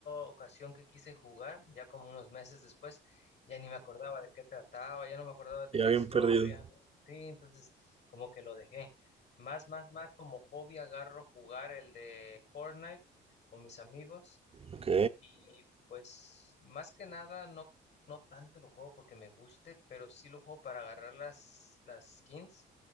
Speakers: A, on the left; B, on the right.
A: ocasión que quise jugar, ya como unos meses después, ya ni me acordaba de qué trataba, ya no me acordaba de
B: Ya
A: la
B: bien
A: historia.
B: perdido.
A: Sí, entonces como que lo dejé. Más, más, más como hobby agarro jugar el de Fortnite con mis amigos
B: Ok.
A: y pues más que nada no, no tanto lo juego porque me guste, pero sí lo juego para agarrar las, las skins.